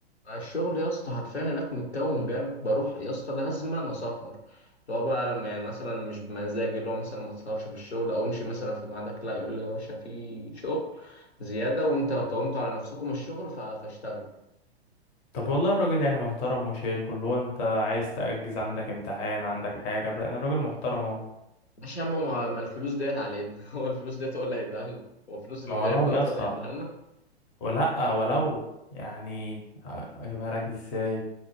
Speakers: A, on the left (about 75°); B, on the left (about 20°).
A: الشغل يا اسطى حرفيا هناك متكون جامد بروح يا اسطى لازما أنا اسهر اللي هو بقى يعني مثلا مش بمزاجي اللي هو مثلا ما تسهرش في الشغل او امشي مثلا في ميعادك لا يقول لي يا باشا في شغل زياده وانت كونتوا على نفسكم الشغل ف- فاشتغلوا
B: طب والله الراجل يعني محترم وشايل كله هو انت عايز تأجز عندك امتحان عندك حاجه يعني الراجل محترم اهو
A: ماشي يا عم هو- ما الفلوس ديت علينا <laughs> هو الفلوس ديت هو اللي هيديها لنا هو فلوس الغياب
B: ما ولو
A: دوت
B: يا اسطى
A: هو اللي هيديها لنا
B: ولا ولو يعني اجيبها لك ازاي